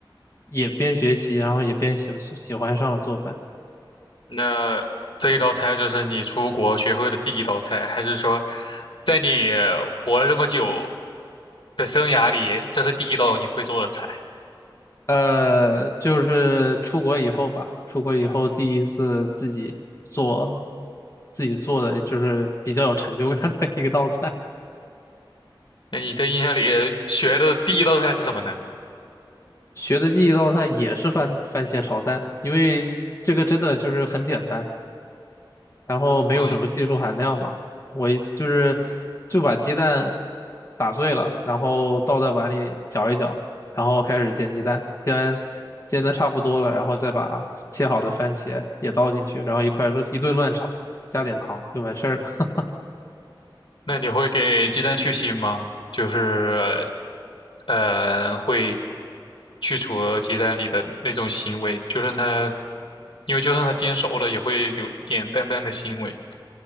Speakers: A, on the left; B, on the left.
A: 也边学习，然后也边喜喜欢上了做饭。
B: 那这一道菜就是你出国学会的第一道菜，还是说，在你活了这么久的生涯里，这是第一道你会做的菜？
A: 呃，就是出国以后吧，出国以后第一次自己做，自己做的就是比较有成就感的一个道菜。
B: 那你在印象里学的第一道菜是什么呢？
A: 学的第一道菜也是番番茄炒蛋，因为这个真的就是很简单。然后没有什么技术含量嘛，
B: 嗯，
A: 我一就是就把鸡蛋打碎了，然后倒在碗里搅一搅，然后开始煎鸡蛋，煎完煎的差不多了，然后再把切好的番茄也倒进去，然后一块儿一顿乱炒，加点糖就完事儿了。
B: 那你会给鸡蛋去腥吗？就是，呃，会去除鸡蛋里的那种腥味，就算它，因为就算它煎熟了，也会有一点淡淡的腥味。